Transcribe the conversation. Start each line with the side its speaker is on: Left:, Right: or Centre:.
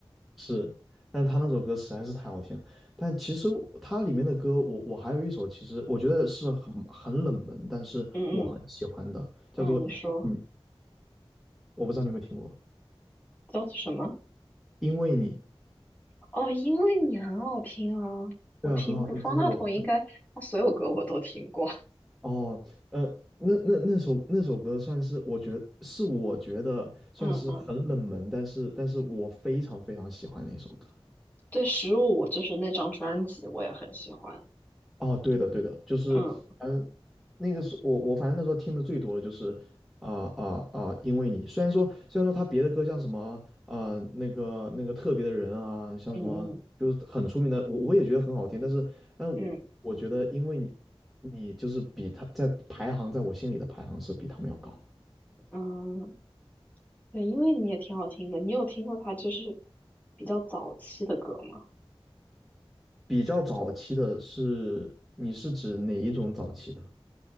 Centre: 是，但他那首歌实在是太好听了。但其实它里面的歌，我我还有一首，其实我觉得是很很冷门，但是我很喜欢的，
Left: 嗯嗯
Centre: 叫做嗯，
Left: 嗯，你说
Centre: 我不知道你有没有听过，
Left: 叫做什么？
Centre: 因为你，
Left: 哦，因为你很好听啊，我听过方大同，
Centre: 对啊，很好听，这是我。
Left: 应该他所有歌我都听过。
Centre: 哦，呃，那那那首那首歌算是我觉是我觉得算是很冷门，
Left: <laughs> 嗯嗯，
Centre: 但是但是我非常非常喜欢的一首歌。
Left: 对，《十五就是那张专辑，我也很喜欢。
Centre: 哦，对的对的，就是嗯，
Left: 嗯
Centre: 那个是我我反正那时候听的最多的就是啊啊啊，因为你虽然说虽然说他别的歌像什么啊、呃那个那个特别的人啊，像什么就是很出名的，
Left: 嗯
Centre: 我我也觉得很好听，但是但我我觉得因为你你就是比他在排行在我心里的排行是比他们要高的。
Left: 嗯嗯嗯。对，因为你也挺好听的，你有听过他就是比较早期的歌吗？
Centre: 比较早期的是，你是指哪一种早期的？